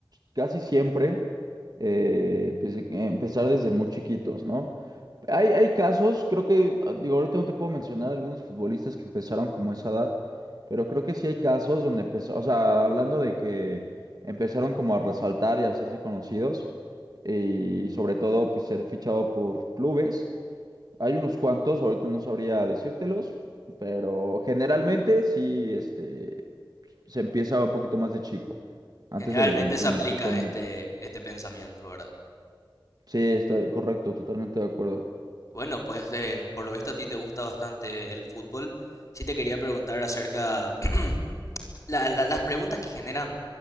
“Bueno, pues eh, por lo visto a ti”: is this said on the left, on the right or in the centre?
Left